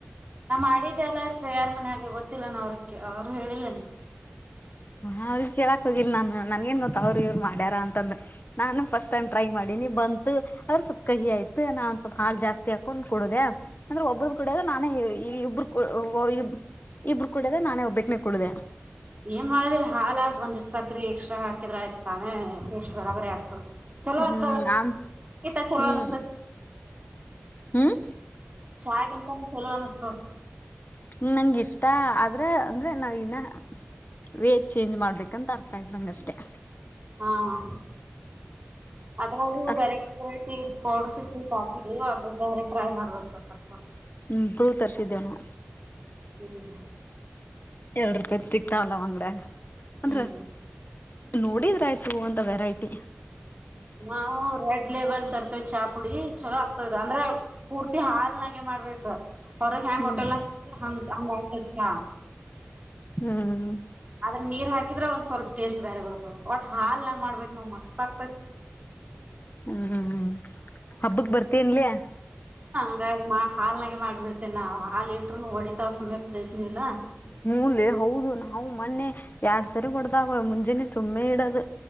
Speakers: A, on the right; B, on the left.
A: ನಾ ಮಾಡಿದ್ದೆಲ್ಲ ಶ್ರೇಯಾರ ಮನ್ಯಾಗೆ ಗೊತ್ತಿಲ್ಲನ ಅವ್ರಕ್ಕೆ ಅವರಿಕ್ಕೆ ಹೇಳಿಲ್ಲನ
B: ಹಾ ಅವ್ರಿಗೆ ಕೇಳಾಕ್ ಹೋಗಿಲ್ಲ ನಾನ್ ನನ್ಗೇನ್ ಗೊತ್ತ ಅವ್ರ ಇವ್ರು ಮಾಡ್ಯಾರಾ ಅಂತಂದ ನಾನು ಫಸ್ಟ್ ಟೈಮ್ ಟ್ರೈ ಮಾಡಿ ಬ ತ ಆದ್ರು ಸ್ವಲ್ಪ್ ಕಹಿ ಐತ ನಾ ಒಂದ್ ಸ್ವಲ್ಪ ಹಾಲ್ ಜಾಸ್ತಿ ಹಾಕೊಂಡ್ ಕುಡುದೆ ಅಂದ್ರೆ ಒಬ್ಬೊರದ ಕುಡಿಯದ ನಾನೇ ಈ ಇಬ್ರ ಓ ಇಬ್ರು ಇಬರು ಕುಡದೆ ನಾನೇ ಒಬ್ಬಕ್ನೆ ಕುಡದಾ
A: ಏನ್ ಮಾಡದ್ರ ಹಾಲ ಒಂದಿಸ ಸಕ್ರೆ ಎಕ್ಸ್ಟ್ರಾ ಹಾಕಿದ್ರ ಆಯ್ತ ತಾನೇ ಟೇಸ್ಟ್ ಬರಬರಿ ಆಗ್ತದ ಚಲೋ
B: ಹ್ಮ್
A: ಆತದ
B: ಆಮ್
A: ಇತಾಗ ಚೊಲೋ
B: ಹ್ಮ್
A: ಅನಿಸ್ತದ
B: ಹ್ಮ್
A: ಚಾ ಗಿಂತನು ಚಲೋ ಅನಿಸ್ತದ
B: ಟಕ್ ನಂಗ ಇಷ್ಟ ಆದ್ರೆ ಅಂದ್ರೆ ನಾ ಇನ್ನ ವೇಟ್ ಚೇಂಜ್ ಮಾಡ್ಬೇಕಂತ ಅರ್ಥಆಯತ ನಂಗಷ್ಟೇ
A: ಆ ಡ್ಡ್ ಅದ್ರಾಗೂ
B: ಅಷ್ಟ
A: ವೆರೈಟಿ ವೆರೈಟಿ ಪೌಡರ್ ಸಿಕ್ ಸಾಕಿದ ಅದು ಅವರು ಟ್ರೈ ಮಾಡ್ಬೇಕು ಸ್ವಲ್ಪ
B: ಹು ಕುಳ್ಳು ತರ್ಸಿದ್ದೇನು
A: ಎಲ್ಲಿಗೆ
B: ಎರಡು ರೂಪಾಯದ್ದ ಸಿಕ್ತಾವಲ್ಲ ಅಂಗಡ್ಯಾಗ ಅಂದ್ರೆ
A: ಹ್ಮ್
B: ನೋಡಿದ್ರ ಆಯ್ತು ಅಂತ ವೆರೈಟಿ
A: ನಾವು ರೆಡ್ ಲೆಬಲ್ ತರ್ತೇವ ಚಾ ಪುಡಿ ಚಲೋ ಆಗ್ತದೆ ಅಂದ್ರೆ ಪೂರ್ತಿ ಹಾಲನ್ನಾಗ ಮಾಡ್ಬೇಕ ಹ್ಹ ಹೊರ ಹ್ಯಾಂಗ
B: ಹ್ಮ್
A: ಹೋಟೆಲ್ ಕುಡಿತೀರಿ ಹಂಗ್ ಹಂಗ ಅಕ್ಕೆತಿ ಚಾ
B: ಹ್ಮ್
A: ಆದ್ರ ನೀರ್ ಹಾಕಿದ್ರೆ ಒಂದ್ ಸ್ವಲ್ಪ ಟೇಸ್ಟ್ ಬೇರೆ ಬರ್ತದ ಒಟ್ ಹಾಲ್ ನ್ಯಾಗ ಮಾಡ್ಬಬೇಕ್ ನೋಡ ಮಸ್ತ್ ಆಗ್ತತಿ
B: ಹು ಹು ಹು ಹಬ್ಬಕ್ ಬರ್ತೀಯೆಂಲ್ಲೆ
A: ಹಂಗ ಹಾಲ್ ನಾಗೆ ಮಾಡ್ಬಿಡ್ತೇನೆ ನಾವು ಹಾಲ್ ಇಟ್ಟರು ಹೊಡಿತಾವ ಸುಮ್ಮನೆ ಪ್ರೀಜನ ಇಲ್ಲ
B: ಹುನ್ಲೆ ಹೌದು ನಾವು ಮೊನ್ನೆ ಎರಡ್ ಸರಿ ಕೊಡ್ದಾವ ಮುಂಜಾನೆ ಸುಮ್ಮನೆ ಇಡದು